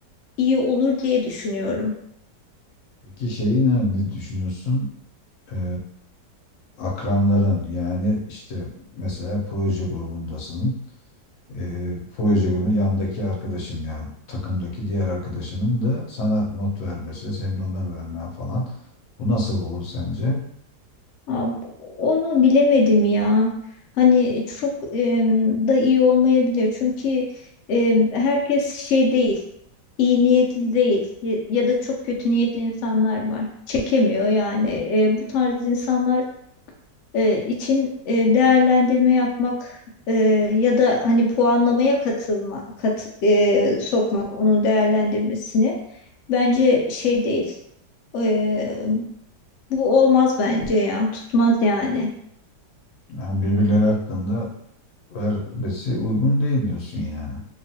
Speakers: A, on the left; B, on the left.
A: iyi olur diye düşünüyorum.
B: Peki şeyi ne, ne düşünüyorsun? Ee, akranların yani işte mesela proje grubundasın. e, proje günü yandaki arkadaşın yani takımdaki diğer arkadaşının da sana not vermesi, senin ona vermen falan. Bu nasıl olur sence?
A: Ha, onu bilemedim ya. Hani çok em, da iyi olmayabilir. Çünkü em, herkes şey değil, iyi niyetli değil ya, ya da çok kötü niyetli insanlar var. Çekemiyor yani. E, bu tarz insanlar e, için e, değerlendirme yapmak e, ya da hani puanlamaya katılma, kat, e, sokmak onun değerlendirmesini bence şey değil. E, bu olmaz bence ya. Tutmaz yani.
B: Yani birbirleri hakkında vermesi uygun değil diyorsun yani.